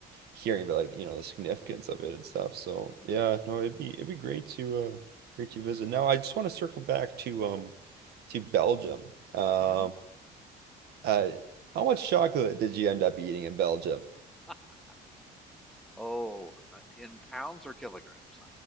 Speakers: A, on the right; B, in the centre.
A: hearing about like, you know, the significance of it and stuff. So
B: hmm
A: yeah, no, it'd be it'd be great to uh great to visit. Now I just want to circle back to um to Belgium. Um
B: hmm
A: uh how much chocolate did you end up eating in Belgium?
B: <laughs> Oh, uh, in pounds or kilograms?